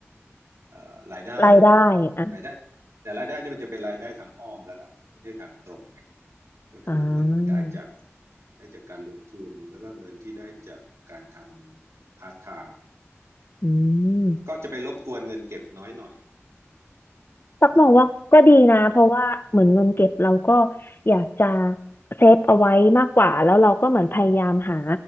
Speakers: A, on the right; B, on the left.
A: เอ่อรายได้
B: รายได้อ่ะ
A: นะรายได้แต่รายได้นี่มันจะเป็นรายได้ทางอ้อมแล้วล่ะไม่ใช่ทางตรงไงก็คือเงินได้จาก
B: อ่า
A: ได้จากการลงทุนแล้วก็เงินที่ได้จากการทำพาร์ทไทม์
B: อืม
A: ก็จะไปรบกวนเงินเก็บน้อยหน่อย
B: ตักมองว่าก็ดีนะเพราะว่าเหมือนเงินเก็บเราก็
A: ประมาณเนี้ย
B: อยากจะเซฟเอาไว้มากกว่าแล้วเราก็เหมือนพยายามหา